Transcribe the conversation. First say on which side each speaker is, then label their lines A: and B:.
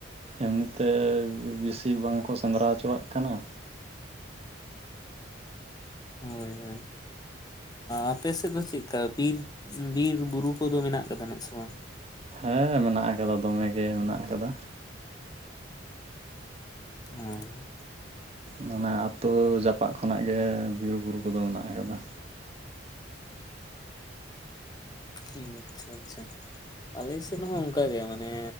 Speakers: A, on the right (about 30°); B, on the left (about 20°).
A: ᱮᱢᱱᱤᱛᱮ ᱵᱮᱥᱤ ᱵᱟᱝᱠᱚ ᱥᱮᱸᱫᱽᱨᱟ ᱦᱚᱪᱚᱣᱟᱜ ᱠᱟᱱᱟ।
B: ᱦᱳᱭ ᱦᱳᱭ ᱟᱯᱮ ᱥᱮᱫ ᱫᱚ ᱪᱮᱫᱠᱟ ᱵᱤᱨ ᱵᱤᱨ ᱵᱩᱨᱩ ᱠᱚᱫᱚ ᱢᱮᱱᱟᱜ ᱠᱟᱫᱟ ᱥᱮ ᱵᱟᱝ।
A: ᱦᱮᱸ ᱢᱮᱱᱟᱜ ᱟᱠᱟᱫᱟ ᱫᱚᱢᱮ ᱜᱮ ᱢᱮᱱᱟᱜ ᱟᱠᱟᱫᱟ
B: ᱚᱸ
A: ᱢᱟᱱᱮ ᱟᱹᱛᱩ ᱡᱟᱯᱟᱜ ᱠᱷᱚᱱᱟᱜ ᱜᱮ ᱵᱤᱨ ᱵᱩᱨᱩ ᱠᱚᱫᱚ ᱢᱮᱱᱟᱜ ᱟᱠᱟᱫᱟ
B: ᱦᱩᱸ ᱟᱪᱪᱷᱟ ᱟᱪᱪᱷᱟ ᱟᱞᱮ ᱥᱮᱫ ᱦᱚᱸ ᱚᱱᱠᱟᱜᱮ ᱢᱟᱱᱮ